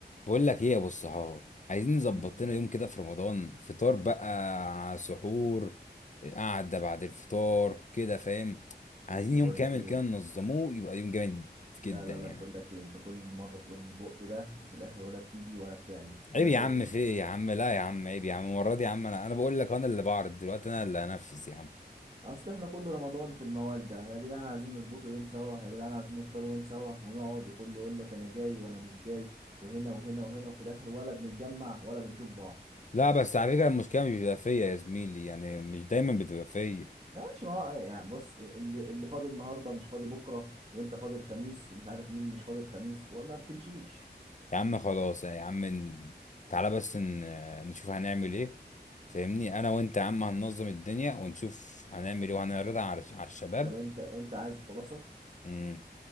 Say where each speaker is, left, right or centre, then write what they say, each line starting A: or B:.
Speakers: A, on the left; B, on the right.
A: بقول لك ايه يا ابو الصحاب عايزين نظبط
B: مم.
A: لنا يوم كده في رمضان فطار بقى سحور قعده بعد الفطار كده فاهم عايزين
B: بص
A: يوم
B: بقول
A: كامل
B: لك ايه
A: كده ننظموه يبقى يوم جامد جدا
B: لا لا
A: يعني
B: لا بقول لك ايه انت كل مره تقول البق ده وفي الاخر ولا بتيجي ولا بتعمل انا
A: عيب يا
B: زهقت
A: عم
B: منه
A: في ايه يا عم لا يا عم عيب يا عم المره دي يا عم انا انا بقول لك انا اللي بعرض دلوقتي انا اللي هنفذ يا عم
B: اصل احنا كل رمضان في الموال ده يا جدعان عايزين نظبطه يوم سوا يا جدعان عايزين نفطروا يوم سوا ونقعد وكل يقول لك انا جاي وانا مش جاي وهنا وهنا وهنا وفي الاخر ولا بنتجمع ولا بنشوف بعض
A: لا بس على فكره المشكله مش بتبقى فيا يا زميلي يعني مش دايما بتبقى فيا
B: ماشي ما هو يعني بص اللي اللي فاضي النهارده مش فاضي بكره وانت فاضي الخميس ومش عارف مين مش فاضي الخميس وما بتمشيش
A: يا عم خلاص يا عم ن- تعالى بس ن- نشوف هنعمل ايه فاهمني انا وانت يا عم هننظم الدنيا ونشوف هنعمل ايه وهنعرضها على على الشباب
B: طب انت انت عايز خلاصه
A: امم